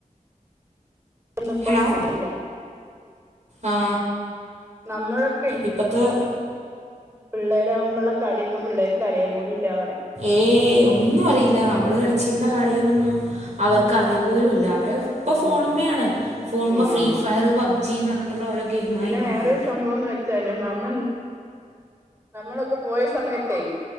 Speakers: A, on the right (about 20°); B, on the right (about 60°).
A: <unintelligible>
B: ഹലോ ആ
A: നമ്മളൊക്കെ
B: ഇപ്പത്തെ
A: പിള്ളേരാകുമ്പോള്ള കളിപ്പം പിള്ളേർക്ക് അറിയാ പോലും ഇല്ല പറയാ
B: ഏയ് ഒന്നും അറിയില്ല നമ്മൾ കളിച്ചിരുന്ന കളികളൊന്നും അവർക്ക് അറിയ പോലുല്ല അവരെ ഇപ്പൊ
A: ഉം
B: ഫോണിമ്മെയാണ് ഫോണമ്മെ
A: ആഹ്
B: ഫ്രീ ഫയർ പബ്ജി ന്ന് പറഞ്ഞിട്ടുള്ള ഓരോ ഗെയിമായി
A: പിന്നെ
B: മാറി
A: <unintelligible> വെച്ചാല് നമ്മൾ നമ്മളൊക്കെ പോയ സമയത്തെ